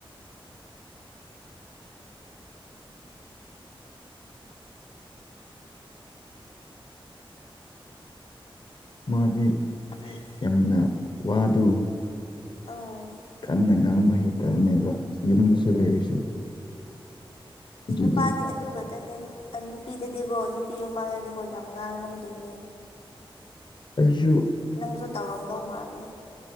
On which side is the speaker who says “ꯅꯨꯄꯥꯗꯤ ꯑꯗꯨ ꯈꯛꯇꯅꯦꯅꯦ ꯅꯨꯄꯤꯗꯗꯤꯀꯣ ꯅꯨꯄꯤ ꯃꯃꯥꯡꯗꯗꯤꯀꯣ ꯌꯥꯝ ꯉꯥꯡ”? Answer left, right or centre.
Left